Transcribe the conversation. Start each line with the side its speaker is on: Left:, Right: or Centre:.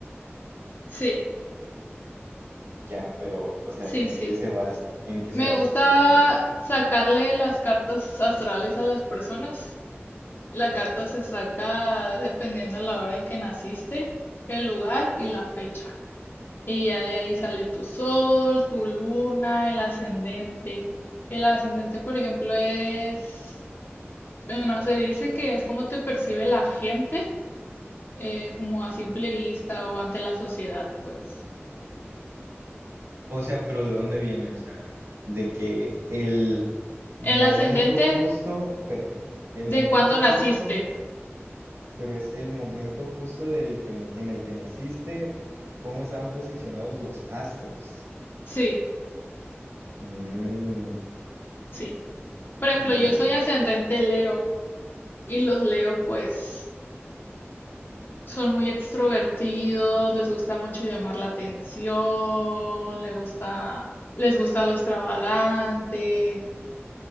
Left: sí,
Right: Ya, pero, o sea,
Left: sí,
Right: ¿en
Left: sí.
Right: qué se basa? ¿En qué
Left: Me
Right: se basa,
Left: gusta
Right: por ejemplo?
Left: sacarle las cartas astrales a las personas. La carta se saca dependiendo de la hora en que naciste, el lugar y la fecha. Y ya de ahí sale tu sol, tu luna, el ascendente. El ascendente, por ejemplo, es Bueno, se dice que es como te percibe la gente, eh, como a simple vista o ante la sociedad, pues.
Right: O sea, pero ¿de dónde viene? O sea, de que el momento
Left: El ascendente
Right: justo, pero el
Left: de
Right: momento
Left: cuando naciste.
Right: justo, pero es el momento justo del que, na- en el que naciste, ¿cómo estaban posicionados los astros?
Left: Sí,
Right: Mm,
Left: sí. Por ejemplo,
Right: ya,
Left: yo soy ascendente Leo y los Leo, pues, son muy extrovertidos, les gusta mucho llamar la atención, les gusta, les gusta lo extravagante